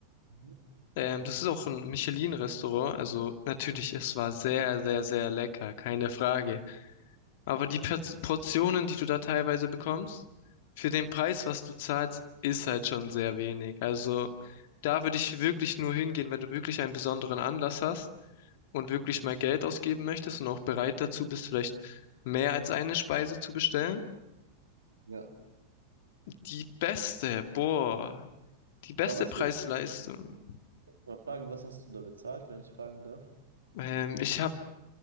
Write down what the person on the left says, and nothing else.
Ähm, das ist auch ein Michelin-Restaurant. Also natürlich, es war sehr, sehr, sehr lecker. Keine Frage. Aber die Pers- Portionen, die du da teilweise bekommst, für den Preis, was du zahlst, ist halt schon sehr wenig. Also da würde ich wirklich nur hingehen, wenn du wirklich einen besonderen Anlass hast und wirklich
mal Geld ausgeben möchtest und auch bereit dazu bist, vielleicht mehr als eine Speise zu bestellen.
Die beste, boah, die beste
Preis-Leistung.
Ähm, ich habe,